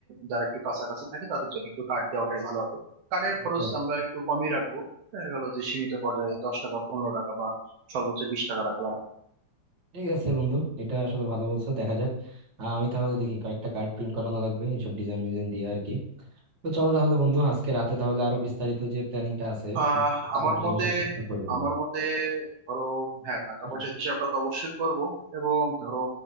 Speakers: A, on the right (about 80°); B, on the right (about 40°).
A: যারা একটু কাছাকাছি থাকে তাদের জন্য একটু কার্ড দেওয়াটাই ভালো হবে কার্ডের খরচ
B: আচ্ছা,
A: আমরা একটু কমই রাখবো দেখা গেল যে সীমিত পর্যায়ে দশ টাকা পনেরো টাকা বা সর্বোচ্চ বিশ টাকা রাখলাম
B: ঠিক আছে বন্ধু এটা আসলে ভালো বলছো দেখা যাক আহ, আমি তাহলে দেখি কয়েকটা কার্ড প্রিন্ট করানো লাগবে এইসব ডিজাইন মিজাইন দিয়ে আর কি তো চলো তাহলে বন্ধু আজকে রাতে তাহলে আরো বিস্তারিত যে প্ল্যানিংটা আছে
A: আহ
B: টাকা
A: আমার
B: পয়সার
A: মতে
B: হিসাবটা ওটা করে ফেলি
A: আমার মতে ধরো হ্যাঁ টাকা
B: হুম।
A: পয়সার হিসাবটা তো অবশ্যই করব এবং ধরো